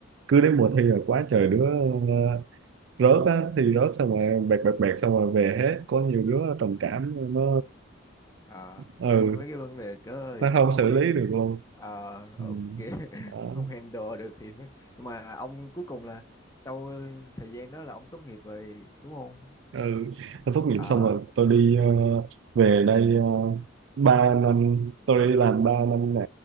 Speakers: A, on the right; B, on the left.
A: cứ đến mùa thi là quá trời đứa ờ, rớt á thì rớt xong rồi bẹt bẹt bẹt xong rồi về hết có nhiều đứa trầm cảm nó
B: ờ
A: ừ
B: thôi mấy cái vấn đề cỡ thì
A: nó không
B: tôi cũng
A: xử
B: biết
A: lý được luôn
B: ờ
A: ừ.
B: ok <laughs>
A: Đó.
B: không handle được thì nó- nhưng mà ông cuối cùng là sau thời gian đó là ông tốt nghiệp rồi đúng không
A: ừ tôi tốt nghiệp
B: ờ
A: xong rồi tôi đi ờ, về đây ờ, ba năm tôi đi làm ba năm nè